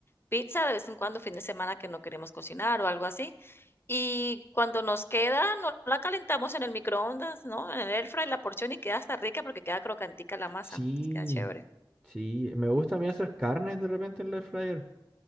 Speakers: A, on the left (about 30°); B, on the right (about 20°).
A: pizza de vez en cuando, fin de semana que no queremos cocinar o algo así, y cuando nos queda, no la calentamos en el microondas, ¿no? En el air fry la porción y queda hasta rica porque queda crocantica la masa,
B: Sí,
A: entonces queda chévere.
B: sí, me gusta a mí hacer carnes de repente en la air fryer,